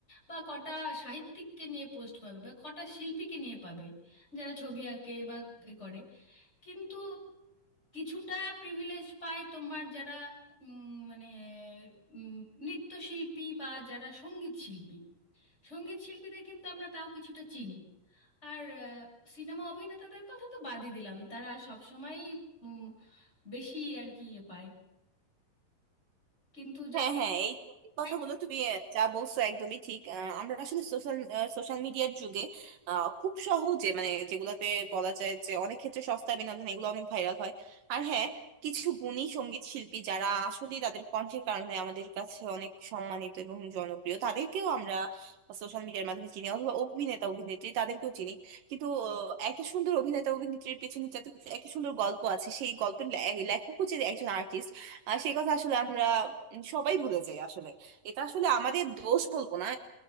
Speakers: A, on the left (about 15°); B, on the right (about 75°).
A: বা কটা সাহিত্যিককে নিয়ে পোস্ট পাবে বা কটা শিল্পীকে নিয়ে পাবে যারা ছবি আঁকে বা এ করে কিন্তু কিছুটা প্রিভিলেজ পায় তোমার যারা উম, মানে উম, নৃত্যশিল্পী বা যারা সঙ্গীত শিল্পী সঙ্গীত শিল্পীদের কিন্তু আমরা তাও কিছুটা চিনি আর সিনেমা অভিনেতাদের কথা তো বাদই দিলাম তারা সবসময়ই উম, বেশি আর কি ইয়ে পায় কিন্তু যা
B: হ্যাঁ হ্যাঁ এই তো, এই কথাগুলো
A: এই
B: তুমি আহ, যা বলছো একদমই ঠিক আহ, আমরা আসলে সোশ্যাল সোশ্যাল মিডিয়ার যুগে আহ, খুব সহজে মানে যেগুলোতে বলা যায় যে অনেক ক্ষেত্রে সস্তা বিনোদন এগুলো অনেক ভাইরাল হয় আর হ্যাঁ কিছু গুণী সঙ্গীত শিল্পী যারা আসলে তাদের কণ্ঠের কারণে আমাদের কাছে অনেক সম্মানিত এবং জনপ্রিয় তাদেরকেও আমরা সোশ্যাল মিডিয়ার মাধ্যমে চিনি অথবা অভিনেতা অভিনেত্রী তাদেরকেও চিনি কিন্তু আহ, একটা সুন্দর অভিনেতা অভিনেত্রীর পেছনে যাতে একটা সুন্দর গল্প আছে সেই গল্পের লে- লেখকও যে একজন আর্টিস্ট আহ সেই কথা আসলে আমরা উম, সবাই ভুলে যায় আসলে এটা আসলে আমাদের দোষ বলবো না